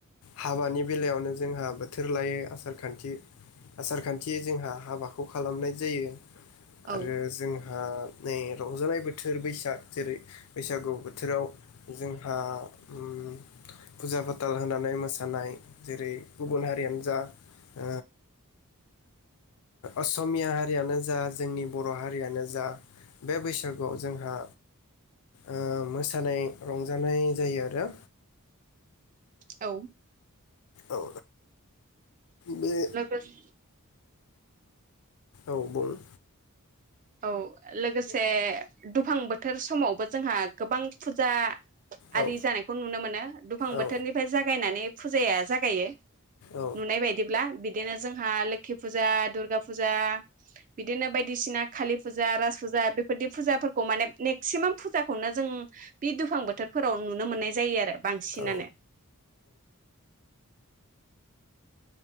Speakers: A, on the left (about 75°); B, on the right (about 35°).
A: हाबानि बेलायावनो जोंहा बोथोर लायै आसार खान्थि आसार खान्थियै जोंहा हाबाखौ खालामनाय जायो। आरो
B: औ
A: जों हा नै रंजानाय बोथोर बैसाग जेरै बैसागु बोथोराव जोंहा उम फुजा फाथाल होनानै मोसानाय जेरै गुबुन हारियानो जा ओ असमिया हारियानो जा जोंनि बर' हारियानो जा बे बैसागुआव जोंहा ओ मोसानाय रंजानाय जायो आरो।
B: औ।
A: औ बे
B: लोगोस
A: औ बुं।
B: औ लोगोसे दुफां बोथोर समावबो जोंहा गोबां फुजा आरि
A: औ
B: जानायखौ नुनो मोनो । दुफां
A: औ
B: बोथोरनिफ्राय जागायनानै फुजाया जागायो
A: औ
B: नुनाय बायदिब्ला बिदिनो जोंहा लोखि फुजा दुर्गा फुजा बिदिनो बायदिसिना कालि फुजा राज फुजा बेफोरदि फुजाफोरखौ माने मेक्सिमाम फुजाखौनो जों बे दुफां बोथोरफोराव नुनो मोननाय जायो आरो बांसिनानो।
A: औ